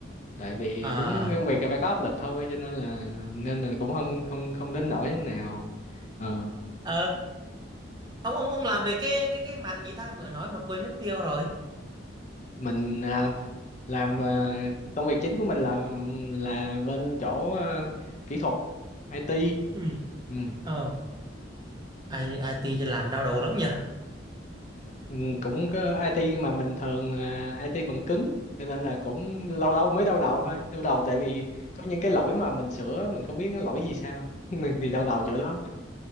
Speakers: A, on the left; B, on the right.
A: Tại vì
B: À,
A: đúng công việc là phải có áp lực thôi cho nên là nên là cũng không không không đến nỗi nào. Ờ,
B: ờ, ông ông ông làm về cái cái cái mạng gì ta vừa nói mà quên mất tiêu rồi.
A: mình à, làm à, công việc chính của mình là là bên chỗ à, kỹ thuật IT.
B: Ừ.
A: Ừ.
B: Ờ, I- IT thì làm đau đầu lắm nhờ.
A: Ừ, cũng có IT mà mình thường là IT phần cứng cho nên là cũng lâu lâu mới đau đầu thôi đau đầu tại vì có những cái lỗi mà mình sửa mình không biết nó lỗi gì sao <laughs> thì đau đầu chỗ đó